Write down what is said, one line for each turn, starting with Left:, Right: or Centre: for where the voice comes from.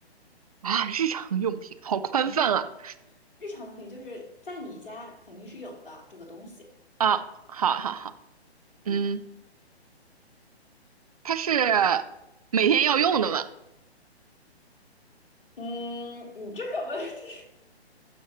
Right: 啊，日常用品，好宽泛啊。
Left: 嗯，日常用品就是在你家肯定是有的这个东西，
Right: 啊，好好好，嗯，
Left: 嗯
Right: 它是每天要用的吗？
Left: 嗯，你这个问题